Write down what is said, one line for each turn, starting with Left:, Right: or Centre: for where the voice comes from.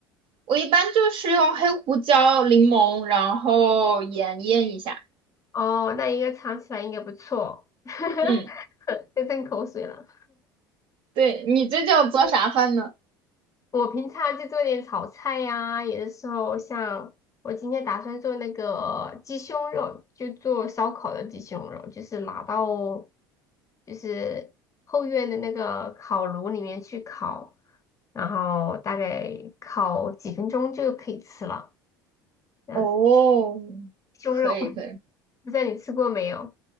Right: 我一般就是用黑胡椒、柠檬，然后盐腌一下。
Left: 哦，那应该尝起来应该不错，<laughs>
Right: 嗯，
Left: 在吞口水了。
Right: 对，你最近有做啥饭呢？
Left: 我平常就做点炒菜呀、有的时候像我今天打算做那个鸡胸肉，就做烧烤的鸡胸肉，就是拿到就是后院的那个烤炉里面去烤，然后大概烤几分钟就可以吃了。这样子，
Right: 哦，
Left: 鸡胸肉，
Right: 可以可以。
Left: <laughs> 不知道你吃过没有？